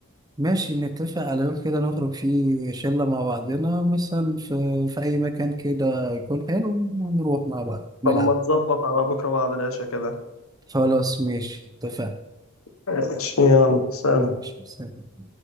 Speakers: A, on the right; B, on the left.
A: ماشي نتفق على يوم كده نخرج فيه شلة مع بعضنا مثلا في في اي مكان كده يكون حلو ونروح مع بعض نلعب
B: طب ما تظبط على بكره بعد العشاء كده
A: خلاص ماشي اتفقنا
B: ماشي يلا
A: مم.
B: سلام
A: ماشي سلام.